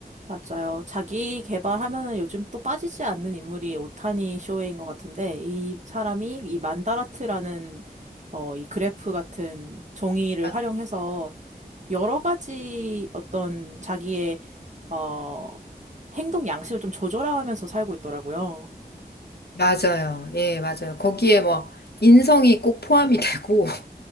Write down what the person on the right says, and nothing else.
맞아요. 자기 개발하면은 요즘 또 빠지지 않는 인물이 오타니 쇼헤인 것 같은데, 이 사람이 이 만다라트라는, 어, 이 그래프 같은 종이를
활용해서 여러 가지 어떤 자기의, 어, 행동 양식을 좀 조절하면서 살고 있더라고요.